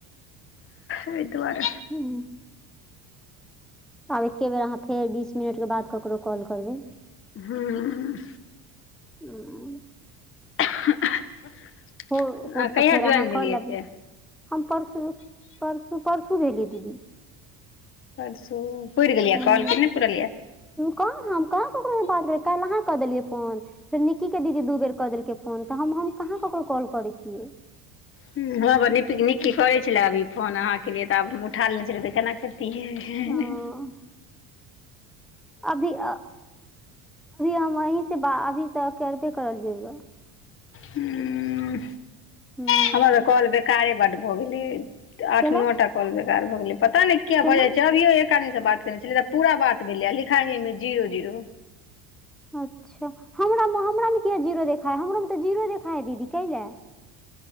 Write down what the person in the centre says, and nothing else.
हूँ आब एके बेर अहाँ फेर बीस मिनटके बाद ककरो कॉल करबै।
ह।
ओ हो
तऽ फेर
अहाँ
कऽ लेबै।
हम परसू परसू परसू भेली दीदी।
हूँ
कहाँ हम कहाँ ककरोसँ बात भेल काल्हि अहाँ कऽ देलियै फोन फेर निकी के दीदी दू बेर कऽ देलकै फोन तऽ हम कहाँ ककरो कॉल करे छियै।
हँ अभी अब हम अहीं से अभी त करबे करलियै
हूँ
केला
केना
अच्छा हमरामे हमरामे किए जीरो देखा हइ हमरोमे तऽ जीरो देखाइ हइ दीदी कैलए